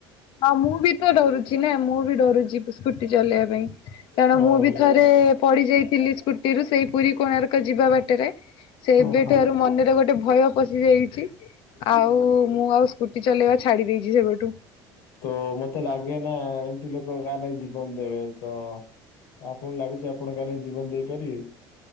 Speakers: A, on the left; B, on the left.
A: ହଁ ମୁଁ ବି ତ ଡରୁଚି ନା ମୁଁ ବି ଡରୁଚି ସ୍କୁୁଟି ଚଲେଇବା ପାଇଁ। କାରଣ
B: ଓହୋ
A: ମୁଁ ବି ଥରେ ପଡି ଯାଇଥିଲି ସ୍କୁଟିରୁ ସେଇ ପୁରୀ କୋଣାର୍କ ଯିବା ବାଟରେ। ସେବେଠାରୁ
B: ଓହୋ
A: ମନ୍ଦିର ଗୋଟେ ଭୟ ପଶିଯାଇଚି, ଆଉ ମୁଁ ଆଉ ସ୍କୁଟି ଚଲେଇବା ଛାଡି ଦେଇେଇଚି ସେବଠୁ।
B: ତ ମତେ ଲାଗେ ନା ଏମତି ଲୋକ କା ପାଇଁ ଜୀବନ ଦେବେ ତ ଆପଣଙ୍କୁ ଲାଗୁଚି ଆପଣ କା ନାଗି ଜୀବନ ଦେଇପାରିବେ?